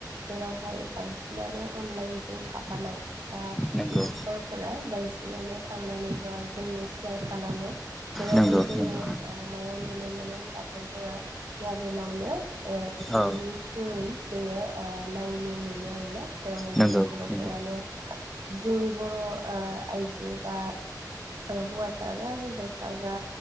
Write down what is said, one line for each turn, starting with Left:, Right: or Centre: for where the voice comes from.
Right: जेरावहाय बांसिन बांसिनानो अनलाइनजों थाफानाय। बा
Centre: नंगौ
Right: इउटुबारफोरा बांसिनानो थांनानै बा जोंनो सेयार खालामो। जेरावहाय
Centre: नंगौ
Right: जोङो
Centre: नंगौ
Right: ओ मायाव नुनो मोनो होनबाथाय जोङो मबाइलावनो ओ इसोरनि
Centre: औ
Right: थ्रुयै जोङो ओ नायनो मोनो आरोना। जेरावहाय
Centre: नंगौ
Right: जोंनि बर'फोरानो
Centre: नंगौ
Right: जोंनि बर' ओ आइजो बा ओ हौवासा जा हिनजावसा जा